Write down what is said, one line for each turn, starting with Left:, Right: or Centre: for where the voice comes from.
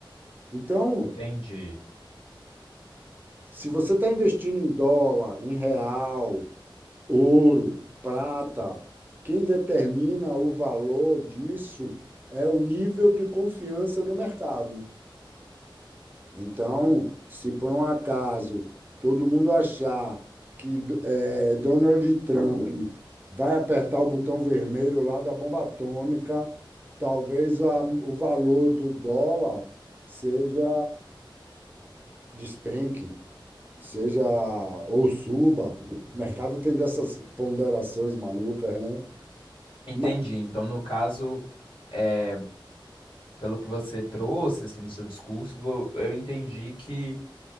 Right: Então,
Left: entendi,
Right: se você está investindo em dólar, em real, Ouro, prata. Quem determina o valor disso é o nível de confiança do mercado. Então, se por um acaso todo mundo achar que eh, Donald Trump vai apertar o botão vermelho lá da bomba atômica, talvez a- o valor do dólar seja despenque, seja ou suba. O mercado tem dessas ponderações malucas, né?
Left: entendi.
Right: Mas-
Left: Então, no caso é pelo que você trouxe assim no seu discurso, vo- eu entendi que